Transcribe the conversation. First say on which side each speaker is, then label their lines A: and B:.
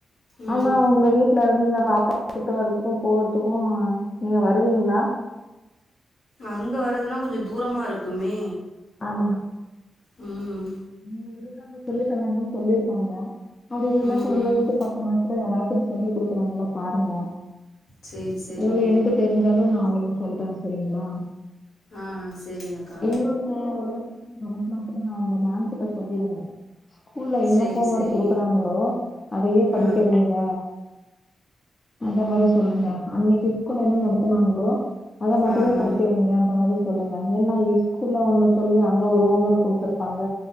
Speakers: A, on the left; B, on the left.
A: ம்
B: ஆனா அவுங்க வீட்ல இருந்து பாப்பா கூட்டு வரதுக்கும் போறதுக்கும் நீங்க வருவீங்களா
A: அங்க வரறதுன்னா கொஞ்சோ தூரமா இருக்குமே
B: ஆமா
A: உம்
B: இங்க இருக்காங்க சொல்லித் தராங்கன்னு சொல்லிருக்காங்க அப்படி இல்லைனா
A: ம்
B: சொல்லுங்க
A: ம்
B: வீட்டு பக்கமா கூட யாராவது சொல்லி குடுக்ககறாங்களா பாருங்க
A: சேரி சேரி
B: இல்ல எனக்கு தெரிஞ்சாலு நா உங்களுக்கு சொல்றேன் சரிங்களா
A: ஆ சேரிங்கக்கா
B: இன்னொன்னு ஒரு கொஞ்சோ இங்க அனுப்புனா கூட அந்த மேம் கிட்ட சொல்லிருங்க ஸ்கூல்ல என்ன
A: சேரி
B: ஹோம்
A: சேரி
B: ஒர்க் குடுக்குறாங்ளோ அதையே படிக்க
A: ஆ
B: வைங்க அந்த மாரி சொல்லுங்க அன்னைக்கு ஸ்கூல்ல என்ன நடத்துனாங்ளோ அத மட்டுமே
A: ஆ ஆ
B: படிக்க வைங்க அந்த மாதிரி சொல்லுங்க ஏன்னா ஸ்க்கூல்ல ஒண்ணு சொல்லி அங்க ஒரு ஹோமர்க் குடுத்துருக்காங்க